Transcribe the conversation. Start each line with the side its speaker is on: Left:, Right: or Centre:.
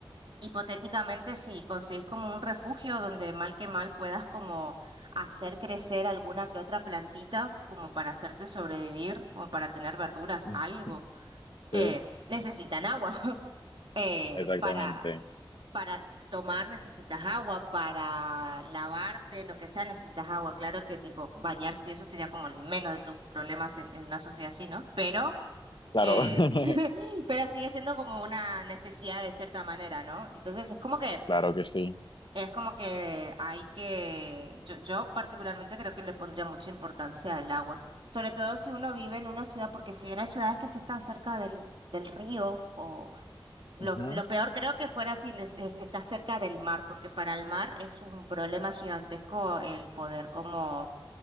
Right: Hipotéticamente, si conseguís como un refugio donde mal que mal puedas como hacer crecer alguna que otra plantita, como para hacerte sobrevivir, como para tener verduras,
Left: <laughs>
Right: algo.
Left: sí,
Right: Eh, necesitan agua. <laughs> Eh,
Left: exactamente.
Right: para, para tomar necesitas agua, para lavarte, lo que sea, necesitas agua. Claro que tipo bañarse, eso sería como el menos de tus problemas en, en una sociedad así, ¿no? Pero...
Left: Claro,
Right: eh,
Left: <laughs>
Right: <laughs> pero sigue siendo como una necesidad de cierta manera, ¿no? Entonces es como que
Left: claro que sí.
Right: es como que hay que, yo, yo particularmente creo que le pondría mucha importancia al agua, sobre todo si uno vive en una ciudad, porque si bien hay ciudades que se están cerca del, del río, o lo,
Left: Ujú,
Right: lo peor creo que fuera si, nes- eh, si está cerca del mar, porque para el mar es un problema gigantesco el poder como